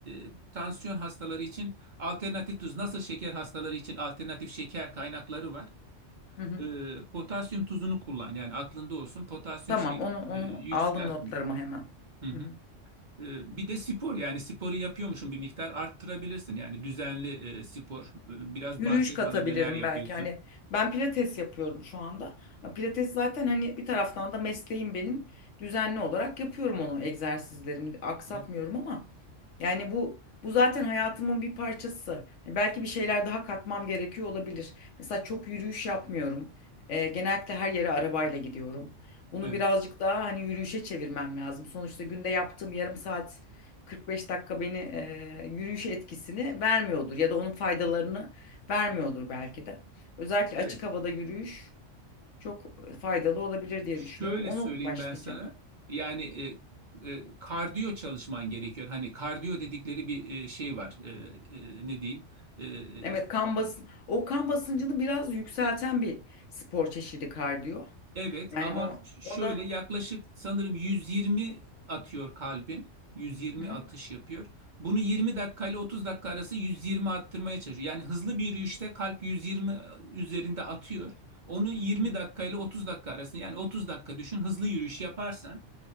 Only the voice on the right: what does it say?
e, tansiyon hastaları için alternatif tuz nasıl şeker hastaları için alternatif şeker kaynakları var.
E, potasyum tuzunu kullan yani aklında olsun. Potasyum
şey
e, yükseltmiyor.
Hı hı.
E, bir de spor yani sporu yapıyormuşsun bir miktar arttırabilirsin. Yani düzenli e, spor. E, biraz
bahset
bana neler yapıyorsun.
Hı hı.
Evet.
Evet.
Şöyle
söyleyeyim
ben sana. Yani e, e, kardiyo çalışman gerekiyor. Hani kardiyo dedikleri bir e, şey var. E, e, ne diyeyim? E, e,
evet
ama
ş- şöyle
yaklaşık sanırım 120 atıyor kalbin. 120
atış yapıyor. Bunu 20 dakika ile 30 dakika arası 120 arttırmaya çalışıyor. Yani hızlı bir yürüyüşte kalp 120 üzerinde atıyor. Onu 20
dakika ile 30 dakika arasında yani 30 dakika düşün hızlı yürüyüş yaparsan